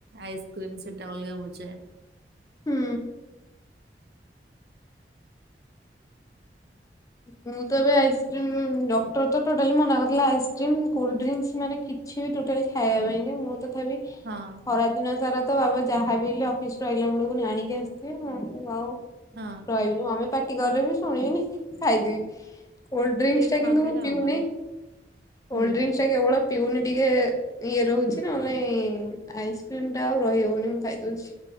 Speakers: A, on the right; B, on the left.
A: ଆଇସ୍କ୍ରିମ୍ ସେଟା ଅଲଗା ମଜା।
B: ହୁଁ। ମୁଁ ତ ଏବେ ଆଇସ୍କ୍ରିମ୍ ଡକ୍ଟର ତ ଟୋଟାଲି ମନା କରିଥିଲା ଆଇସ୍କ୍ରିମ୍ କୋଲ୍ଡଡ୍ରିଙ୍କ୍ସ୍ ମାନେ କି କିଛି ବି ଟୋଟାଲି ଖାଇବା ପାଇଁକି ମୁଁ ତଥାବି
A: ହଁ।
B: ଖରାଦିନ ସାରା ତ ବାବା ଯାହାବି ହେଲେ ଅଫିସରୁ ଆଇଲା ବେଳକୁ ଆଣିକି ଆସିଥିବେ ମୁଁ ଆଉ
A: ହଁ।
B: ରହିବିନି ମମି ପାଟିକଲେ ବି ଶୁଣିବିନି। ଖାଇଦେବି, କୋଲ୍ଡଡ୍ରିଙ୍କ୍ସଟା
A: ସେଇଟା ନ
B: କିନ୍ତୁ
A: ଖାଇଲେ
B: ମୁ ପିଉନେଇ,
A: ହବନି ହୁଁ
B: କୋଲ୍ଡଡ୍ରିଙ୍କ୍ସଟା କେବଳ ପିଉନି ଟିକେ। ଇଏ ରହୁଛି ନହଲେ ନାଇଁ ଆଇସ୍କ୍ରିମଟା ଆଉ ରହି ହଉନି ମୁଁ ଖାଇଦଉଛି।